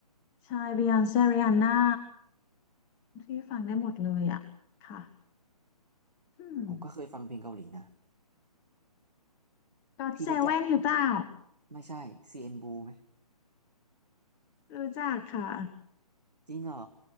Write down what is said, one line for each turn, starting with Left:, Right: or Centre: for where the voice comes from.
Left: ใช่ Beyonce Rihanna พี่ฟังได้หมดเลยอ่ะค่ะอืม
Right: ผมก็เคยฟังเพลงเกาหลีนะ
Left: ก็อ
Right: พี่รู้จัก
Left: o เซเว e นหรือเปล่า
Right: ไม่ใช่ CN Blue ไหม
Left: รู้จักค่ะ
Right: จริงเหรอ